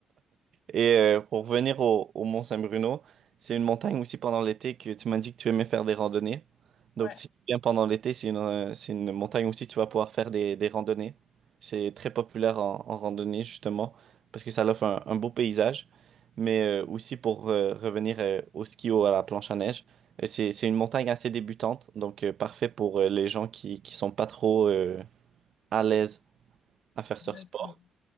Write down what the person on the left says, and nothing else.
<laughs> Ouais,
d'accord.